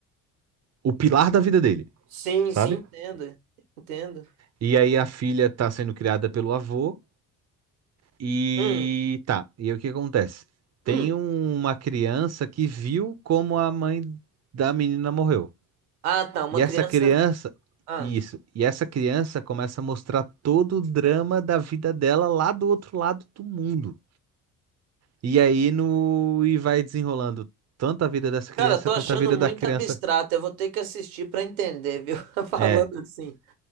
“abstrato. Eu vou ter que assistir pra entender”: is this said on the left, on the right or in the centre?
Right